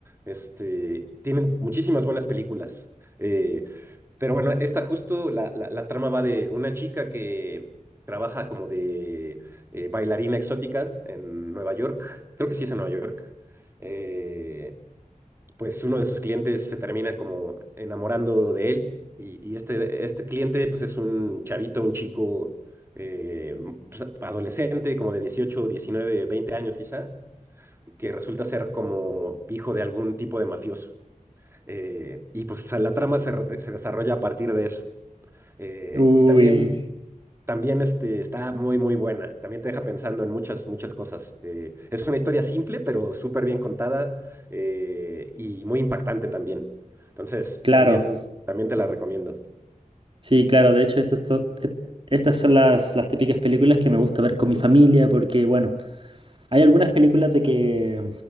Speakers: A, on the right; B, on the right.
A: este, tienen muchísimas buenas películas. Eh, pero bueno, esta justo, la, la, la trama va de una chica que trabaja como de eh, bailarina exótica en Nueva York. Creo que sí es en Nueva York. Eh, pues uno de sus clientes se termina como enamorando de él y, y este, este cliente pues es un chavito, un chico eh, pues, adolescente como de 18 19 20 años quizá, que resulta ser como hijo de algún tipo de mafioso. Eh, y pues la trama se, re- se desarrolla a partir de eso. Eh,
B: Uy,
A: y también también este, está muy, muy buena. También te deja pensando en muchas, muchas cosas. Eh, es una historia simple, pero súper bien contada eh, y muy impactante también. Entonces,
B: claro.
A: también, también te la recomiendo.
B: Sí, claro. De hecho, estas to- e- estas son las, las típicas películas que me gusta ver con mi familia porque, bueno, hay algunas películas de que